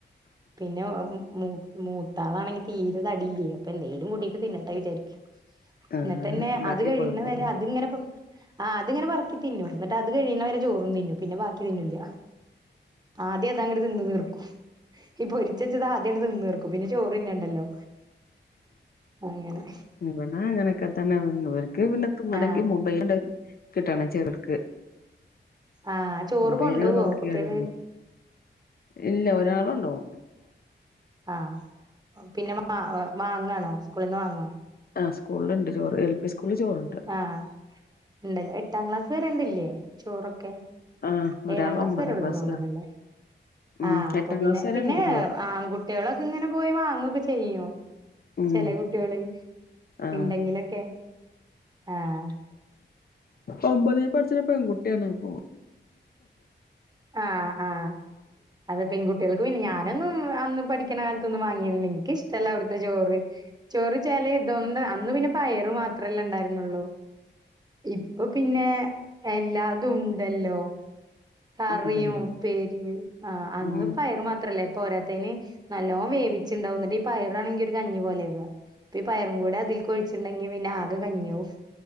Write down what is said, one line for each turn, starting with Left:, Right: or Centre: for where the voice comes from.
Right: പിന്നെമു മൂത്താളാണെങ്കി തീരതടില്ലേ അപ്പൊ എന്തേലും കൂട്ടീട്ട് തിന്നട്ടെ വിചാരിക്കും
Left: ആഹ്
Right: ന്നിട്ട്ന്നെ
Left: ഉണ്ടാക്കി
Right: അത് കഴിയണ
Left: കൊടുക്കുംല്ലേ
Right: വരെ അത് ങ്ങനെ ആ അത്ങ്ങനെ പറക്കി ത്തിന്നും ന്നിട്ടത് കഴ്ണ വരെ ചോറും തിന്നും പിന്നെ ബാക്കി തിന്ന് ല ആദ്യം അത അങ്ങട്ട് തിന്ന്ു തീർക്കും ഈ പൊരിച്ചെച്ചത് ആദ്യം ആണ് തിന്ന തീർക്കും ക്ക്പിന്നെ ചോറിന്നണ്ടല്ലോ അങ്ങനെ
Left: ഇവടെ അങ്ങനെക്കതന്നെ ഇവർക്ക് പിന്നെ തിന്നണെങ്കി
Right: ആ
Left: മൊബൈല കിട്ടണ ചെറെൽക്ക്
Right: ആ ചോറ്
Left: മൊബൈല
Right: കൊണ്ടോവോ
Left: നോക്കിയലെ
Right: കുട്ടികള്
Left: ഇല്ല ഒരാളുണ്ടാവും
Right: ആഹ് പിന്നെ വ വാങ്ങാണോ സ്ക്ക്ളിന്ന് വാങ്ങോ
Left: ആഹ് സ്കൂൾണ്ട് ചോറ് എൽ പി സ്കൂൾല് ചോറ്ണ്ട്
Right: ആഹ ഇണ്ട് ലെ എട്ടാം ക്ലാസ് വരെട്ല്ലേ ചോറൊക്കെ
Left: ആഹ് ഒരാൾ
Right: ഏഴ ക്ലാസ്
Left: ഒമ്പതാം
Right: വരെള്ളു
Left: ക്ലാസ്സിലാ
Right: തോന്ന് ണല്ലേ
Left: ഉം
Right: ആ അപ്പൊ
Left: എട്ടാം
Right: പിന്നെ
Left: ക്ലാസ് വരെ
Right: പിന്നെ
Left: ഉണ്ട് ചോറ്
Right: ആൺകുട്ടിളൊക്കെ ഇങ്ങനെ പോയി വാങ്ങൊക്കെ ചെയ്യും
Left: ഉം
Right: ചെലെ കുട്ടിള്
Left: ആഹ്
Right: ഇണ്ട്ങ്കിലൊക്കെ ആഹ
Left: ഒമ്പതി പഠിച്ച പെൺകുട്ടിണ് അ പ്പോ
Right: ആഹ ആഹ അത പെൺകുട്ടികൾക്ക് പിന്നെ അതെ അതെപെൺകുട്ടിൾക്ക്പിന്നെ ഞാന് അതെ പെൺ കുട്ടികൾ ക്ക് പിന്നെ അതെ പെൺകുട്ടികൾ ക്ക് ഞാന് നൊന്നുംഅന്ന് പഠിക്കണ കാലത്തൊന്നും വാങ്ങിന്നില്ല എനിക്ക്ഇഷ്ടം അവിടുത്തെ ചോറ് ചോറിചാലേ ഇതൊനണ്ട് അന്ന് പിന്നെ പയറ് മാത്രല്ലെ ഉണ്ടാരുന്നുള്ളൂ ഇപ്പ പിന്നെ എല്ലാതുഇ ണ്ടല്ലോ കറിയും
Left: ഉണ്ടല്ലോ
Right: ഉപ്പേരിയും ആ അന്ന്
Left: ഉം
Right: പയറ് മാത്രല്ലേ പോരാ ത്തേന് നല്ലോവേവിച്ചണ്ടാവുന്നിട്ട്ഈ പയറാണ ങ്കി ഒരു കഞ്ഞി പോലെ വ പ്പ ഈ പയറും കൂടെഅതിൽ കൊഴ്ച്ചിണ്ടെങ്കി പിന്നെ ആകെ കഞ്ഞിയവും